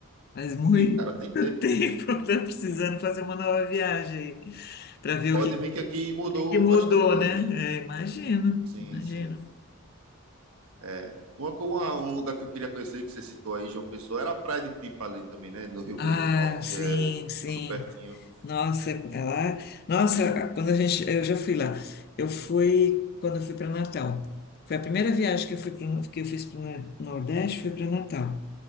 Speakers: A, on the left; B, on the right.
A: Faz muito
B: E cara, tem tempo.
A: <laughs> tempo, tô precisando fazer uma nova viagem para ver
B: Pode
A: o que,
B: vir que aqui mudou
A: que mudou,
B: bastante coisa.
A: né? É, imagino,
B: Sim,
A: imagino.
B: sim. É, uma, co- uma- um lugar que eu queria conhecer, que você citou aí, João Pessoa, era a Praia de Pipa ali também, né? No Rio
A: Ah,
B: Grande do Norte,
A: sim,
B: é
A: sim.
B: tudo pertinho.
A: Nossa, é lá. Nossa, quando a gente, eu já fui lá. Eu fui quando eu fui para Natal. Foi a primeira viagem que eu fui pro- que eu fiz para o Nordeste, foi para Natal.